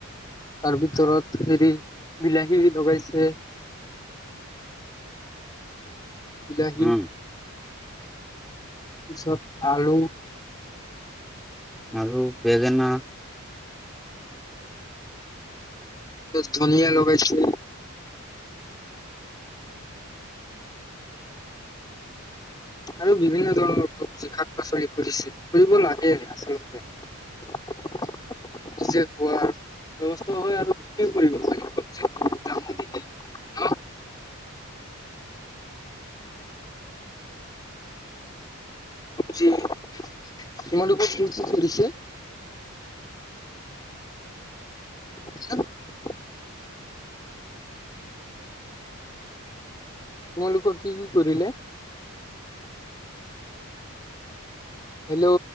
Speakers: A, on the left; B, in the centre.
A: তাৰ ভিতৰত হেৰি, বিলাহী লগাইছে। বিলাহী।
B: উম
A: পিছত আৰু।
B: আৰু বেঙেনা
A: ধুনীয়া লগাইছো। আৰু বিভিন্ন ধৰণৰ শাক পাচলি কৰিছে, কৰিব লাগে আচলতে। নিজে খোৱাৰ, হয় আৰু বিক্ৰীও কৰিব লাগে চব্জি ন। যি তোমালোকৰ কি কি কৰিছে। <inaudible> তোমালোকৰ কি কি কৰিলে? হেল্ল'।